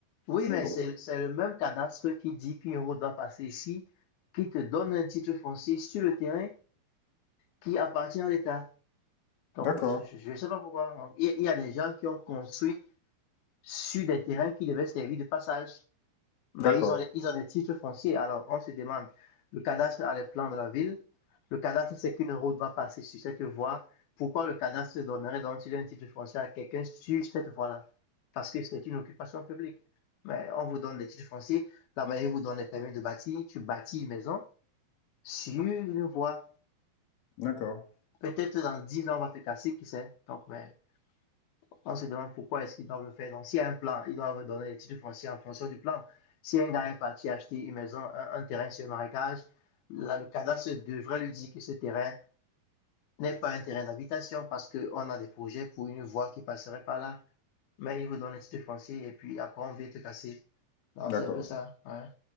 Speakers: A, on the left; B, on the left.
A: Oui,
B: Mais
A: mais
B: bon,
A: c'est le même cadastre qui dit qu'une route doit passer ici, qui te donne un titre foncier sur le terrain qui appartient à l'État. Donc,
B: d'accord,
A: je ne sais pas pourquoi. il y a des gens qui ont construit sur des terrains qui devaient servir de passage. Mais
B: d'accord,
A: ils ont, ils ont des titres fonciers. Alors, on se demande, le cadastre a les plans de la ville. Le cadastre sait qu'une route va passer sur cette voie. Pourquoi le cadastre donnerait donc un titre foncier à quelqu'un sur cette voie-là? Parce que c'est une occupation publique. Mais on vous donne des titres fonciers. La mairie vous donne les permis de bâtir. Tu bâtis une maison sur une voie.
B: d'accord,
A: Peut-être dans 10 ans, on va te casser, qui sait? Donc, mais On se demande pourquoi est-ce qu'ils doivent le faire. Donc, s'il y a un plan, ils doivent donner les titres fonciers en fonction du plan. Si un gars est parti acheter une maison, un, un terrain sur un marécage, là, le cadastre devrait lui dire que ce terrain n'est pas un terrain d'habitation parce qu'on a des projets pour une voie qui passerait par là. Mais ils vous donnent un titre foncier et puis après, on vient te casser. Non,
B: d'accord.
A: c'est un peu ça. hein.